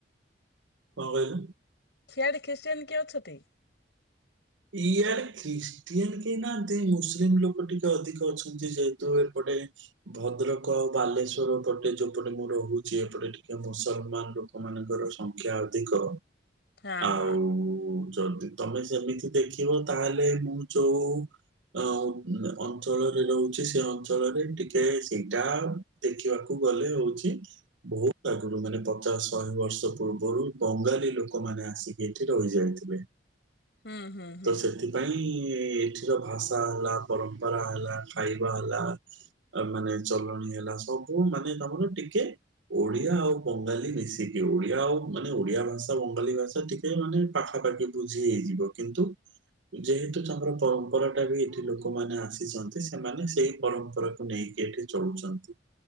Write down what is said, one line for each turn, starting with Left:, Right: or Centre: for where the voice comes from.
Right: କଁ କହିଲ?
Left: ସିଆଡେ ଖ୍ରୀଷ୍ଟିଆନ୍ କିଏ ଅଛତି?
Right: ଇଆଡେ ଖ୍ରୀଷ୍ଟିଆନ୍ କେହି ନାହାନ୍ତି ମୁସଲିମ୍ ଲୋକ ଟିକେ ଅଧିକ ଅଛନ୍ତି ଯେହେତୁ ଏପଟେ ଭଦ୍ରକ ଆଉ ବାଲେଶ୍ଵର ପଟେ ଯୋଉ ପଟେ ମୁଁ ରହୁଛି ଏପଟେ ଟିକେ ମୁସଲମାନ୍ ଲୋ କ ମାନଙ୍କର ସଂଖ୍ୟା ଅଧିକ
Left: ହଁ
Right: ଆଉ
Left: ହଁ
Right: ଯଦି ତମେ ସେମିତି ଦେଖିବ ତାହେଲେ ମୁଁ ଯୋଉ ଅ <unintelligible> ଅଞ୍ଚଳରେ ରହୁଛି ସେ ଅଞ୍ଚଳରେ ଟିକେ ସେଇଟା ଦେଖିଆକୁ ଗଲେ ହଉଛି ବୋହୁତ ଆଗୁରୁ ମାନେ ପଚାଶ ଶହେ ବର୍ଷ ପୂର୍ବରୁ ବଙ୍ଗାଳୀ ଲୋକମାନେ ଆସି ଏଠି ରହିଯାଇଥିଲେ।
Left: ହୁଁ ହୁଁ।
Right: ତ ସେଥିପାଇଁ ଏଇଠିର ଭାଷା ହେଲା ପରମ୍ପରା ହେଲା ଖାଇବା ହେଲା ଆଉ ମାନେ ଚଲଣି ହେଲା ସବୁ ମାନେ ତମର ଟିକେ ଓଡିଆ ଆଉ ବଙ୍ଗାଲୀ ମିଶିକି ଓଡିଆ ଆଉ ମାନେ ଓଡିଆ ଭାଷା ବଙ୍ଗାଳୀ ଭାଷା ଟି କେ ମାନେ ପାଖାପାଖି ବୁଝି ହେଇଯିବ କିନ୍ତୁ ଯେହେତୁ ତାଙ୍କର ପରମ୍ପରାଟା ବି ଏଠି ଲୋକମାନେ ଆସିଚନ୍ତି ସେମାନେ ସେଇ ପରମ୍ପରା କୁ ନେଇକି ଏଠି ଚଳୁଛନ୍ତି